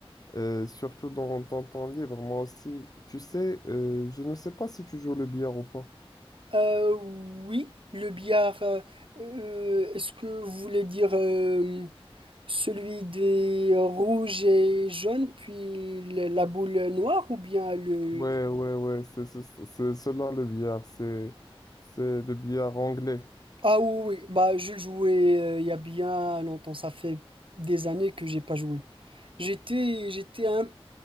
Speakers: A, on the left (about 40°); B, on the right (about 60°).
A: euh, surtout dans ton temps libre. Moi aussi, tu sais, euh, je ne sais pas si tu joues le billard ou pas.
B: Euh, oui, le billard, euh, euh, est-ce que vous voulez dire euh, celui des rouges et jaunes, puis le- la boule noire, ou bien le,
A: Ouais, ouais, ouais, c'est c'est- c'est cela le billard, c'est c'est le billard anglais.
B: Ah oui, oui. Bah, je jouais euh, il y a bien longtemps. Ça fait des années que j'ai pas joué. J'étais, j'étais un